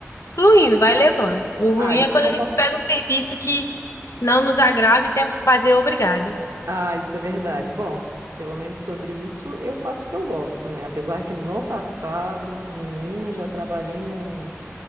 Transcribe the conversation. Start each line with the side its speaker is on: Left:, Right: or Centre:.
Left: fluindo, vai levando. O
Right: Ah,
Left: ruim
Right: isso
Left: é quando
Right: eu não
Left: a
Right: posso.
Left: gente pega um serviço que não nos agrada e temos que fazer obrigada.
Right: Ah, isso é verdade. Bom, pelo menos sobre isso eu faço o que eu gosto, né? Apesar que no passado, menina, já trabalhei num,